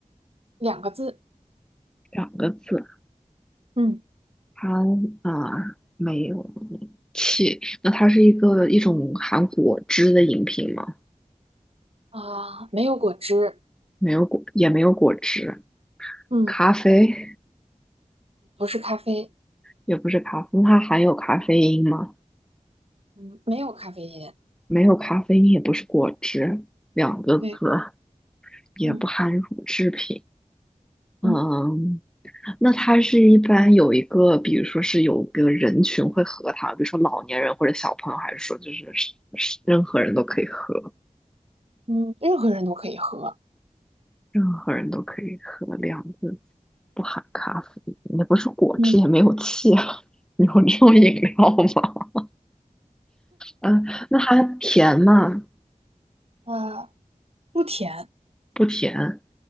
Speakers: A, on the right (about 50°); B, in the centre.
A: 两个字，
B: 两个字，
A: 嗯
B: 它啊，没有气，那它是一个一种含果汁的饮品吗？
A: 啊，没有果汁，
B: 没有果，也没有果汁，
A: 嗯，
B: 咖啡
A: 不是咖啡，
B: 也不是咖啡，它含有咖啡因吗？
A: 嗯，没有咖啡因，
B: 没有咖啡因，也不是果汁，两个字，
A: 对，
B: 也不含乳制品。
A: 嗯嗯。
B: 嗯，那它是一般有一个，比如说是有个人群会喝它，比如说老年人或者小朋友，还是说就是是是任何人都可以喝，
A: 嗯，任何人都可以喝。
B: 任何人都可以喝，两个字，不含咖啡因，也不是果汁，
A: 嗯，
B: 也没有气啊，<laughs> 有这种饮料吗？嗯，那它甜吗？
A: 啊、不甜，
B: 不甜，